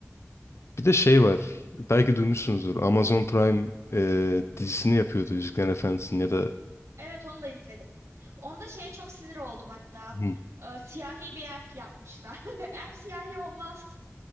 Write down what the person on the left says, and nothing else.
Bir de şey var. Belki duymuşsunuzdur. Amazon Prime e, dizisini yapıyordu Yüzüklerin Efendisi'nin ya da
Hı.